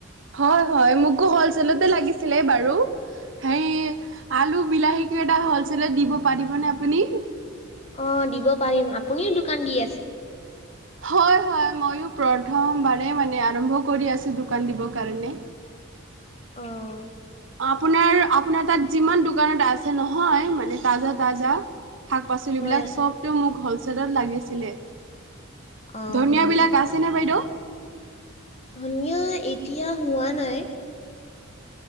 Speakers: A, on the right; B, on the left.
A: হয় হয় মোকো হলচেলতে লাগিছিলে বাৰু, হেই আলু, বিলাহী কিবা এটা হ'লচেলত দিব পাৰিবনে আপুনি?
B: অ' দিব পাৰিম, আপুনিও দোকান দি আছে?
A: হয় হয় ময়ো প্ৰথম মানে আৰম্ভ কৰি আছোঁ দোকান দিব কাৰণে।
B: অ'।
A: অ' আপোনাৰ আপোনাৰ তাত যিমান দোকানত আছে নহয় মানে তাজা তাজা শাক পাচলিবিলাক
B: হয়
A: চবটো মোক হ'লচেলত লাগিছিলে।
B: অ'
A: ধনিয়াবিলাক
B: হয়।
A: আছেনে বাইদেউ?
B: ধনিয়া এতিয়া হোৱা নাই।